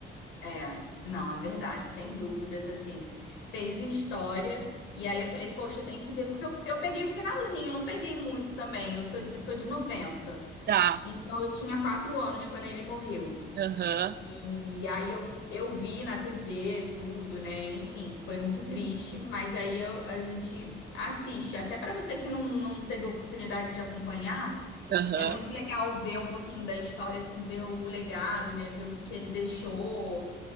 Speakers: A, on the left; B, on the right.
A: É, não, é verdade, sem dúvidas, assim, fez história, e aí eu falei, poxa, eu tenho que ver, porque eu, eu peguei o finalzinho, eu não peguei muito também, eu sou, eu sou de 90.
B: Tá,
A: então eu tinha quatro anos quando ele morreu,
B: aham,
A: e aí eu, eu vi na TV tudo, né, enfim, foi muito triste, mas aí eu- a gente assiste, até pra você que não, não teve oportunidade de acompanhar,
B: aham.
A: é muito legal ver um pouquinho da história, assim, ver o legado, né, ver o que que ele deixou,